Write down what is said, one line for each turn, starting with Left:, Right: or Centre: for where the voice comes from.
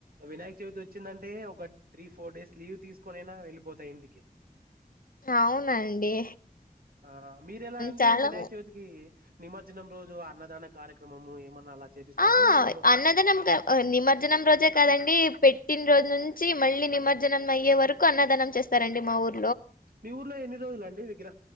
Right: వినాయక చవితి వచ్చిందంటే ఒక త్రీ ఫోర్ డేస్ లీవ్ తీసుకొనేనా వెళ్ళిపోత ఇంటికి
Left: అవునండి
Right: ఆ మీర్ ఎలా అండి
Left: చాలా
Right: వినయ్ చవితికి నిమ దినం రోజు అన్నదాన కార్యక్రమము ఏమన్నా అలా చేపిస్తారా
Left: ఆ
Right: మీ ఊర్లో
Left: అన్నదనం క నిమజ్జనం రోజే కదండి పెట్టిన రోజు నున్ చి మళ్ళీ నిమజ్జనం అయే వరకు అన్నదనం చేస్తారండి మా ఊర్
Right: మీ ఊర్లో ఎన్ని రోజులు అండి విగ్ర